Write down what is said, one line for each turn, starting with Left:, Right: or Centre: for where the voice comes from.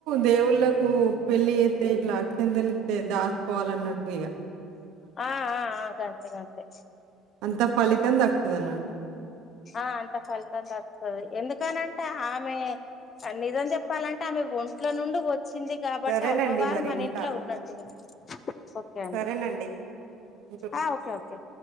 Right: దేవుళ్ళలకు పెళ్లి అయితే ఇట్లా అక్షింతలు ఇస్తే దాచకోవాలిన్నట్టు ఇక
Left: ఆ ఆ గంతే గంతే
Right: అంత ఫలితం దక్కుతది అన్నట్టు
Left: ఆ అంత ఫలితం దక్కుతది ఎందుకనంటే ఆమె నిజం చెప్పాలంటే ఆమె ఒంట్ల నుండి వచ్చింది కాబట్టి
Right: సరేనండి
Left: అమ్మవారు
Right: మరి
Left: మన
Right: ఉంటాను.
Left: ఇంట్లో ఉన్నట్టు ఓకే అండి
Right: సరేనండి. ఉంటున్నా.
Left: ఆ ఓకే ఓకే